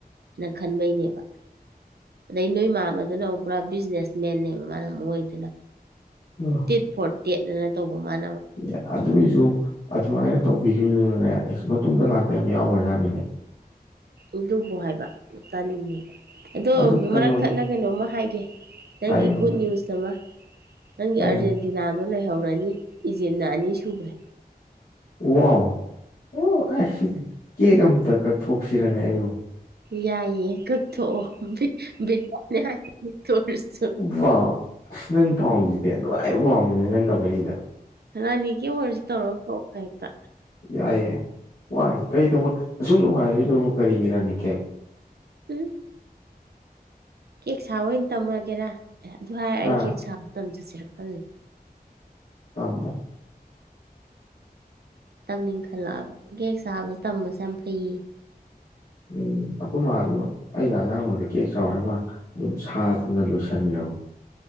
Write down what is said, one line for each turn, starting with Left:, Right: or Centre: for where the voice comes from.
Right: ꯅ ꯈꯟꯕꯩꯅꯦꯕ ꯑꯗꯩ ꯅꯣꯏ ꯃꯥꯝꯃꯗꯨꯅ ꯑꯃꯨꯛ ꯄꯨꯔꯥ ꯕꯤꯖꯤꯅꯦꯁ ꯃꯦꯟꯅꯦꯕ ꯃꯥꯅ ꯑꯃꯨꯛ ꯑꯣꯏꯔꯤꯗꯨꯅ
Left: ꯎꯝ
Right: ꯇꯤꯠ ꯐꯣꯔ ꯇꯦꯠ ꯑꯅ ꯇꯧꯕ ꯃꯥꯅ ꯑꯃꯨꯛ
Left: ꯑꯦ ꯑꯗꯨꯏꯁꯨ ꯑꯗꯨꯃꯥꯏꯅ ꯇꯧꯕꯤꯈꯤꯕꯗꯨꯅꯅꯦ ꯑꯩꯁ ꯃꯇꯨꯡꯗ ꯂꯥꯛꯄ ꯌꯥꯝ ꯌꯥꯎꯒ꯭ꯔ ꯖꯥꯅꯤꯅꯦ
Right: ꯑꯗꯨꯕꯨ ꯍꯥꯏꯕ ꯇꯂꯤ ꯅꯦꯕ ꯑꯗꯣ
Left: ꯑꯗꯨ ꯀꯩꯅꯣꯗꯣ
Right: ꯃꯔꯛ ꯊꯠꯅ ꯀꯩꯅꯣꯝꯃ ꯍꯥꯏꯒꯦ ꯅꯪꯒꯤ
Left: ꯍꯥꯏꯌꯨꯅꯦ
Right: ꯒꯨꯗ ꯅ꯭ꯌꯨꯁ ꯑꯃ ꯅꯪꯒꯤ
Left: ꯀꯩꯅꯣ
Right: ꯑꯥꯔꯖꯦꯟꯇꯤꯅꯥꯗꯣ ꯂꯩꯍꯧꯔꯅꯤ ꯏꯖꯤꯞꯅ ꯑꯅꯤ ꯁꯨꯒ꯭ꯔꯦ
Left: ꯋꯥ ꯑꯣ ꯑꯁ ꯀꯦꯛ ꯑꯝꯇ ꯀꯛꯊꯣꯛꯁꯤꯔꯅꯦ ꯑꯩꯕꯨ
Right: ꯌꯥꯏꯑ ꯀꯛꯊꯣꯛꯑꯣ ꯕꯤ ꯕꯤꯇꯅꯤꯌꯥ ꯀꯛꯊꯣꯛ ꯎꯔꯁꯨ
Left: ꯋꯥ ꯑꯁ ꯅꯪ ꯄꯥꯎꯁꯤꯗꯤ ꯅꯨꯡꯉꯥꯏꯕ ꯄꯥꯎꯅꯤꯅꯦ ꯅꯪ ꯇꯃꯩꯁꯤꯗꯤ
Right: ꯔꯥꯅꯤ ꯀꯦꯛ ꯑꯣꯔꯁꯨ ꯇꯧꯔꯒ ꯀꯛꯎ ꯍꯦꯛꯇ
Left: ꯌꯥꯏꯑꯦ ꯋꯥꯏ ꯀꯩ ꯇꯧꯕ ꯑꯁꯨꯛ ꯅꯨꯡꯉꯥꯏꯔꯁꯤꯗꯕꯨ ꯀꯔꯤꯒꯤ ꯔꯅꯤ ꯀꯦꯛ
Right: ꯎꯝ ꯀꯦꯛ ꯁꯥꯕ ꯑꯣꯏꯅ ꯇꯝꯃꯒꯦꯔꯥ ꯑꯦ ꯑꯗꯨ ꯍꯥꯏꯔ
Left: ꯍꯥ
Right: ꯑꯩ ꯀꯦꯛ ꯁꯥꯕ ꯇꯝ ꯆꯠꯁꯤꯔ ꯈꯂꯤꯅꯤ
Left: ꯇꯃꯣ
Right: ꯇꯝꯅꯤꯡꯈꯠꯂꯛꯑꯕ ꯀꯦꯛ ꯁꯥꯕꯁꯤ ꯇꯝꯕꯁꯤ ꯌꯥꯝ ꯐꯩꯌꯦꯌꯦ
Left: ꯎꯝ ꯑꯩꯀꯣꯏ ꯃꯥꯗꯣ ꯑꯩꯅ ꯑꯉꯥꯡ ꯑꯣꯏꯉꯩꯗ ꯀꯦꯛ ꯁꯥꯎ ꯍꯥꯢꯔ ꯑꯗꯨꯝ ꯁꯥꯗꯅ ꯂꯣꯏꯁꯤꯟꯈ꯭ꯔꯕꯅꯤ